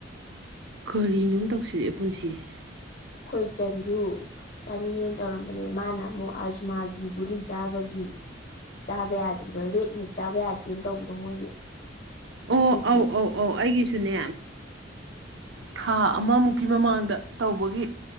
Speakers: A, on the right; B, on the left.
A: ꯀꯔꯤꯅꯣꯝ ꯇꯧꯁꯤꯜ ꯂꯛ ꯑꯦ ꯄꯨꯟꯁꯤꯁꯦ
B: ꯑꯩꯣꯏ ꯆꯟꯁꯨ ꯆꯥꯅꯤꯉꯦꯅ ꯇꯧꯔꯝꯕꯅꯦ ꯃꯥꯅ ꯑꯃꯨꯛ ꯑꯁꯃꯥꯒꯤ ꯒꯨꯂꯤ ꯆꯥꯕꯒꯤ ꯆꯥꯕ ꯌꯥꯗ꯭ꯔꯤꯕ ꯔꯦꯗ ꯃꯤꯛ ꯆꯥꯕ ꯌꯥꯗꯦꯅ ꯇꯧꯕꯗꯣ ꯃꯣꯏꯒꯤ
A: ꯑꯣ
B: ꯑꯗꯨꯒꯤ
A: ꯑꯧ ꯑꯧ ꯑꯧ ꯑꯩꯒꯤꯁꯨꯅꯦ ꯊꯥ ꯑꯃꯃꯨꯛꯀꯤ ꯃꯃꯥꯡꯗ ꯇꯧꯕꯒꯤ